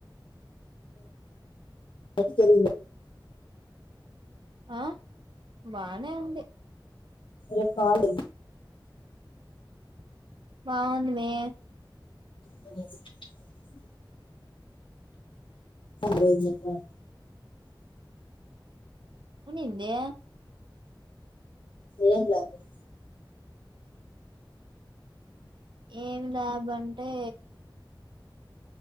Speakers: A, on the left; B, on the right.
A: అ <unintelligible>
B: ఆ బానే ఉంది.
A: రేప్ హాలిడే
B: బావుందమ్మీ.
A: ద <unintelligible> అంటేజకా
B: ఉండిందే
A: ఏం లాభం.
B: ఏం లాభం అంటే